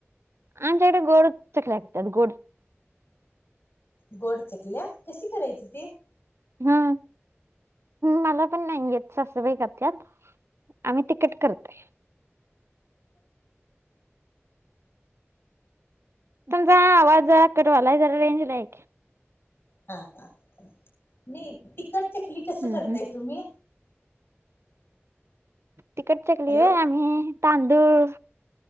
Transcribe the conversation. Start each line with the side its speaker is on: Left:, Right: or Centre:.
Right: आमच्या इकडे गोड चकलेतात गोड.
Left: गोड चकल्या कशी करायची ती.
Right: हम्म मला पण नाही येत सासबाईकातल्यात आम्ही तिकट करतोय. तुमचा आवाज कटवालाय जरा रेंज ला आहे.
Left: हा हा नाही तिकटच्या खली कसं
Right: हं
Left: करताय
Right: हं
Left: तुम्ही.
Right: तिकट चकली
Left: हॅलो
Right: होय आम्ही तांदुळ